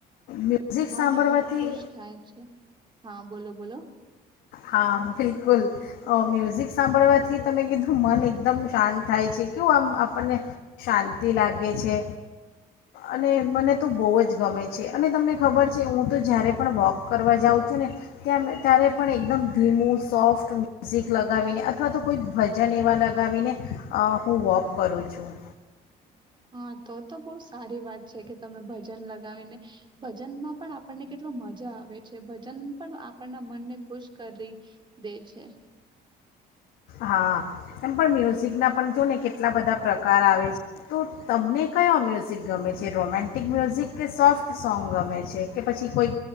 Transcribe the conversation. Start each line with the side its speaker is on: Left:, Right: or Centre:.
Left: મ્યુઝિક
Right: મન
Left: સાંભળવાથી
Right: એકદમ ખુશ થાય છે. હા. બોલો, બોલો.
Left: હા બિલકુલ મ્યુઝિક સાંભળવાથી તમે કીધું મન એકદમ શાંત થાય છે કેવું આમ આપણને શાંતિ લાગે છે. અને મને તો બહુ જ ગમે છે અને તમને ખબર છે હું તો જ્યારે પણ વોક કરવા જાઉં છું ને ત્યાં ત્યારે પણ એકદમ ધીમું સોફ્ટ મ્યુઝિક લગાવીને અથવા તો કોઈક ભજન એવા લગાવીને અહ હું વોક કરું છું.
Right: હા, તો તો બઉુ સારી વાત છે કે તમે ભજન લગ ગાવીને ભજનમાં પણ આપણને કેટલો મજા આવે છે. ભજન પણ આપણના મનને ખુશ કરી દે છે.
Left: હા, એમ પણ મ્યુઝિકના પણ જોઓ ને કેટલા બધા પ્રકાર આવે છે તો તમને કયો મ્યુઝિક ગમે છે, રોમેન્ટિક મ્યુઝિક કે સોફ્ટ સોંગ ગમે છે કે પછી કોઈ